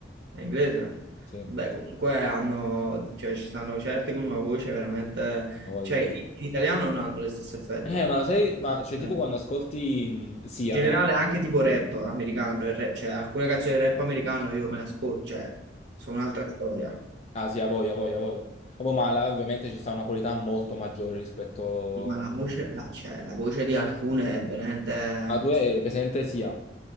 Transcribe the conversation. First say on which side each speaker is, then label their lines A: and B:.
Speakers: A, on the right (about 55°); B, on the left (about 35°).
A: è inglese.
B: Sì, lo
A: Vabbè, comunque hanno... Cioè, ci stanno certi con una voce veramente...
B: voglio.
A: Cioè, in italiano non hanno lo stesso effetto.
B: Eh, ma lo sai, ma cioè,
A: In
B: tipo quando ascolti mh, Sia,
A: generale,
B: no?
A: anche tipo rap americano, il rap- cioè, alcune canzoni del rap americano io me le ascolto, cioè, sono un'altra storia.
B: Ah, sì, a voglia, a voglia, a voglia. Vabbè, ma là, ovviamente ci sta una qualità molto maggiore rispetto...
A: Sì, Ma la voce, la, cioè, la voce di alcune è veramente...
B: Ma tu è presente Sia?